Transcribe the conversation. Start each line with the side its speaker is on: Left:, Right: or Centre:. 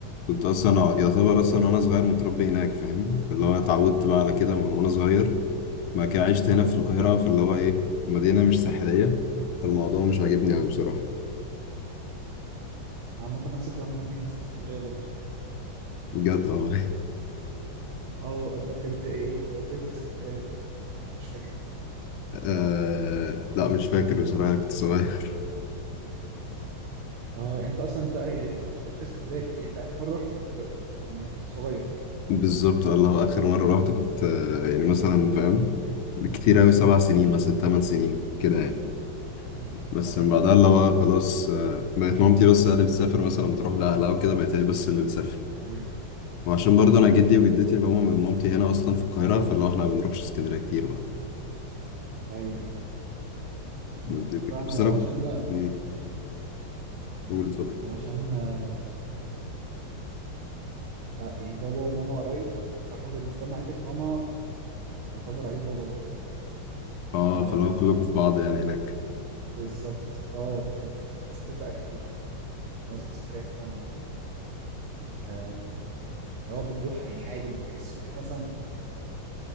Left: كنت اصلا يعتبر اصلا وانا صغير متربي هناك فاهم فاللي هو أنا اتعودت بقى على كده من وانا صغير ما كان عشت هنا في القاهرة فاللي هو إيه مدينة مش ساحلية فالموضوع مش عاجبني
Right: مم.
Left: أوي بصراحة
Right: انا عامه نفس الكلام انا مين من اسكندريه برضو
Left: بجد والله <laughs>
Right: اه انت كنت ايه انت فين في اسكندريه انت مش فاكر
Left: آه لا مش فاكر بصراحة كنت صغير <laughs>
Right: اه يعني انت اصلا انت آه، يعني ما بتروحش اسكندريه كتير يعني انت اخر مره رحت كنت من صغير
Left: بالظبط والله آخر مرة رحت كنت آه يعني مثلا فاهم بكتير أوي سبع سنين
Right: مم.
Left: مثلا تمن سنين كده يعني
Right: مم.
Left: بس
Right: لا ده
Left: من
Right: من
Left: بعدها
Right: زمان فعلا
Left: اللي هو خلاص آه بقت مامتي بس هي اللي بتسافر مثلا بتروح لأهلها وكده بقت هي بس اللي بتسافر
Right: مم.
Left: وعشان برضه أنا جدي وجدتي اللي هما من مامتي هنا أصلا في القاهرة فاللي هو إحنا ما بنروحش اسكندرية كتير بقى
Right: ايوه ايوه
Left: دي الفكرة
Right: لا انا
Left: بس أنا كنت
Right: عشان
Left: مم، قول اتفضل
Right: علشان آه، آه، يعني بابا وماما قريب فاحنا بالنسبه لنا عيله ماما يعتبر عيله بابا برضه فاهم
Left: اه
Right: آه
Left: فلو كلكم في بعض يعني هناك
Right: بالظبط اه بالظبط فبنسافر بقى كتير معظم سفرياتنا آه، اللي هو بنروح يعني عادي ما بحسش ان احنا مثلا